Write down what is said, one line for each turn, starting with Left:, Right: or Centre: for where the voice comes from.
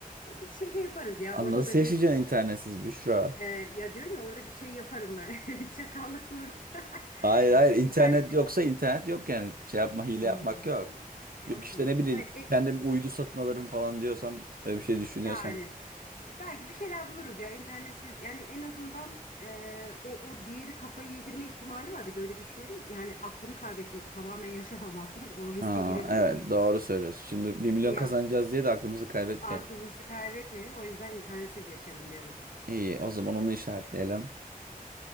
Left: e, bir şey, şey yaparız ya
Right: Aa,
Left: orada
Right: Nasıl
Left: da
Right: yaşayacaksın
Left: bir
Right: internetsiz Büşra?
Left: e, ya diyorum ya orada bir şey yaparım ben <laughs> bir çakallık vurup <laughs>
Right: Hayır hayır
Left: e,
Right: internet
Left: internet
Right: yoksa internet yok yani şey yapma hile
Left: Hmm,
Right: yapmak yok. Yok
Left: yok
Right: işte
Left: mu?
Right: ne bileyim
Left: Ay, e,
Right: kendim uydu satın alırım falan diyorsan öyle bir şey düşünüyorsan.
Left: yani belki bir şeyler buluruz ya internetsiz yani en azından e, o, o diğeri kafayı yedirme ihtimali var bir de öyle düşünelim yani aklımı kaybetmek tamamen yaşamamak mı o riske
Right: Ha,
Left: girebilir
Right: evet
Left: miyim?
Right: doğru söylüyorsun. Şimdi bir milyon
Left: Yani
Right: kazanacağız diye de aklımızı kaybetmeyelim.
Left: Aklımızı kaybetmeyelim. O yüzden internetsiz yaşarım diyorum.
Right: İyi, o zaman onu işaretleyelim.